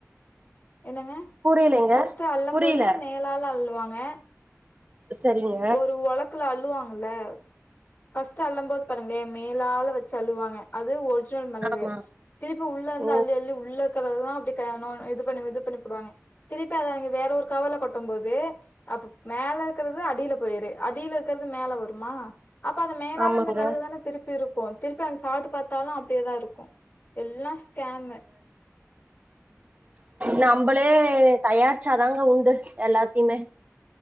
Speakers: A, on the left (about 35°); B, on the right (about 30°).
A: என்னங்க
B: புரியலைங்க
A: ஃபர்ஸ்ட் அள்ள
B: புரியல
A: போது மேலால அள்ளுவாங்க
B: சரிங்க
A: ஒரு ஒலக்குல அள்ளுவாங்கல ஃபர்ஸ்ட் அல்லும் மோது பாருங்களேன் மேலால வச்சு அள்ளுவாங்க அது ஒரிஜினல் மெளகு
B: ஆமா
A: திருப்பி உள்ள இருந்து
B: ஓ
A: அள்ளி அள்ளி உள்ள ருக்குறதான் அப்டி க இது பண்ணி இது பண்ணி போடுவாங்க திருப்பி அத அவிங்க வேற ஒரு கவர்ல கொட்டும்மோது அப்ப மேல இருக்கிறது அடியில போயிரு அடியில இருக்கிறது மேல வருமா அப்ப அந்த மேலால
B: ஆமாங்க
A: இந்த மிளகுதானே திருப்பி இருக்கும் திருப்பி அந்த சாப்ட்டு பாத்தாலும் அப்டியேதான் இருக்கும் எல்லாம் ஸ்கேமு
B: நம்மபலே தயாரிச்சாதாங்க உண்டு எல்லாத்தையுமே